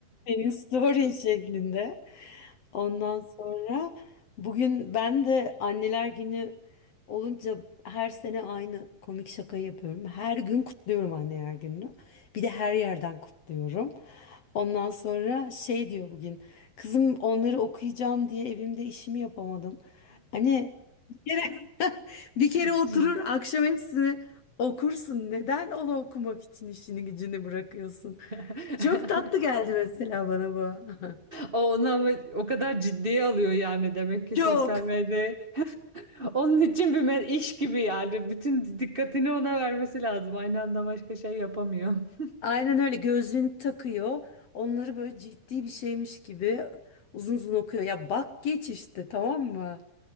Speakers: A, on the left; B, on the right.
A: senin story şeklinde. Ondan sonra bugün ben de anneler günü olunca her sene aynı komik şakayı yapıyorum. Her gün kutluyorum anneler gününü. Bir de her yerden kutluyorum. Ondan sonra şey diyor bugün. Kızım onları okuyacağım diye evimde işimi yapamadım. Hani bir kere, <laughs> bir kere
B: <laughs>
A: oturur akşam hepsini okursun. Neden onu okumak için işini gücünü bırakıyorsun?
B: <laughs>
A: Çok tatlı geldi mesela bana bu.
B: O onu ama o kadar ciddiye alıyor yani demek
A: <laughs>
B: ki
A: Çok.
B: sosyal medya onun için bir me- iş gibi yani bütün dikkatini ona vermesi lazım aynı anda başka şey yapamıyor. <laughs>
A: Aynen öyle gözlüğünü takıyor. Onları böyle ciddi bir şeymiş gibi uzun uzun okuyor. Ya bak geç işte tamam mı?